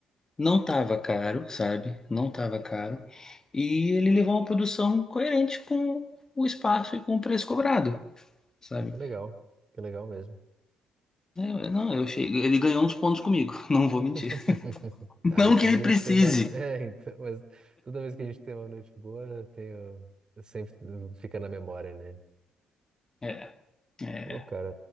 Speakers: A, on the left; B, on the right.
A: Não tava caro, sabe? Não tava caro. E ele levou uma produção coerente com o espaço e com o preço cobrado, sabe?
B: Que legal. Que legal mesmo.
A: É, Eu- não, eu achei. Ele ganhou uns pontos comigo, <laughs> não vou mentir.
B: <laughs>
A: Não
B: Ah, quando
A: que ele
B: a
A: precise.
B: gente tem uma. <laughs> É, então, mas toda vez que a gente tem uma noite boa, eu tenho. Sempre fica na memória, né?
A: É, é.
B: Pô, cara,